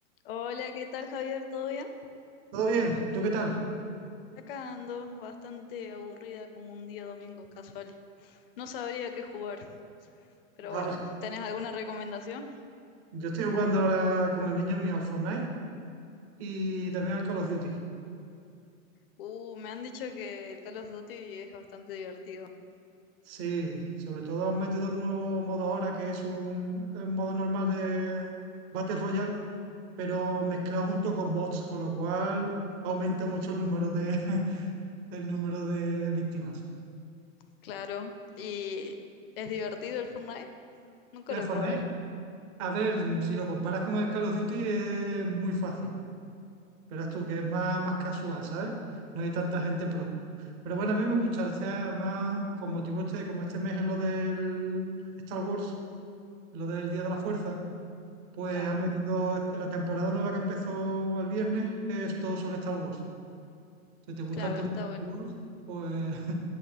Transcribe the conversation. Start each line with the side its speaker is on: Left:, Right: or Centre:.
Left: Hola, ¿qué tal, Javier? ¿Todo bien?
Right: ¿Todo bien? ¿Tú qué tal?
Left: Acá ando, bastante aburrida como un día domingo casual. No sabría qué jugar, pero
Right: Vale.
Left: bueno, ¿tenés alguna recomendación?
Right: Yo estoy jugando ahora con el niño mío al Fortnite y también al Call of Duty.
Left: Uh, me han dicho que el Call of Duty es bastante divertido.
Right: Sí, sobre todo han metido un nuevo modo ahora que es un, un modo normal de Battle Royale, pero mezclado junto con bots, con lo cual aumenta mucho el número de, <laughs> el número de víctimas.
Left: Claro. ¿Y es divertido el Fortnite? Nunca
Right: El
Left: lo
Right: Fortnite,
Left: probé.
Right: a ver, si lo comparas con el Call of Duty es muy fácil. Verás tú que es más, más casual, ¿sabes? No hay tanta gente pro. Pero bueno, a mí me gusta, este más con motivo este, como este mes es lo del Star Wars, lo del Día de la Fuerza, pues
Left: Claro,
Right: han metido este- la temporada nueva que empezó el viernes, es todo sobre Star Wars. Si te gusta
Left: claro,
Right: el tema
Left: está
Right: de Star
Left: bueno.
Right: Wars, pues <laughs>